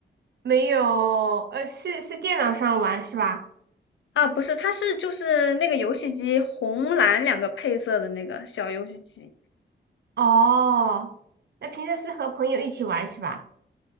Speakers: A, on the right (about 60°); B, on the left (about 75°).
A: 没有，呃，是是电脑上玩是吧？
B: 啊？不是，它是就是那个游戏机红蓝两个配色的那个小游戏机。
A: 哦，那平时是和朋友一起玩是吧？